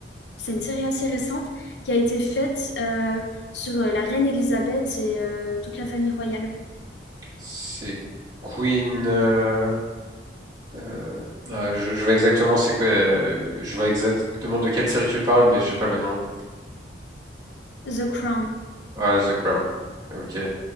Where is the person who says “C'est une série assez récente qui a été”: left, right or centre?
Left